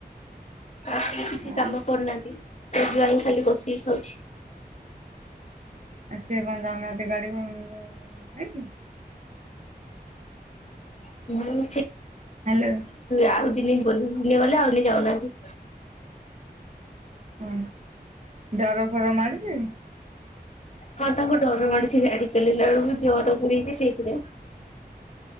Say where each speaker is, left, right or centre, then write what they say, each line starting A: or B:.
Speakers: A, on the left; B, on the right.
A: ଆଉ ତ କିଛି
B: ଆଁ
A: କାମ କରୁନାହାନ୍ତି ତୋ ଜ୍ୱାଇଁ ଖାଲି ବସିକି ଖାଉଚି।
B: ଆଉ ସିଏ କଣ ଯାଉନାହାନ୍ତି ଗାଡ଼ି <unintelligible> ଯୋଉ ନେଇକି?
A: <unintelligible>
B: ହ୍ୟାଲୋ।
A: ଆଉ <unintelligible> ଗଲେ ଆଉ ଯାଉନାହାନ୍ତି?
B: ହଁ ଡର ଫର ମାଡୁଛି?
A: ହଁ ତାଙ୍କୁ ଡର ମାଡୁଛି ସେ ଗାଡି ଚଲେଇଲା ବେଳକୁ ଜର ପୁଡେଇଛି ସେଇଥି ପାଇଁ।